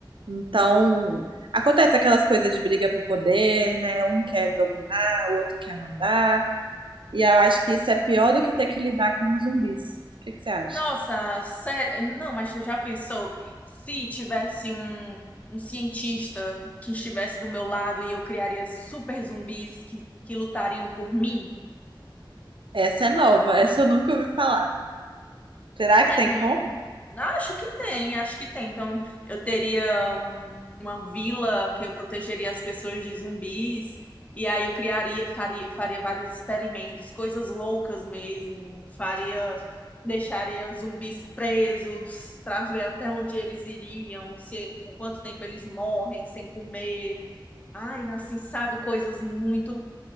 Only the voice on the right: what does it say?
Então, acontece aquelas coisas de briga por poder, né? Um quer dominar, o outro quer mandar. E eu acho que isso é pior do que ter que lidar com os zumbis. O que que você acha?
Essa é nova, essa eu nunca ouvi falar. Será que
tem
como?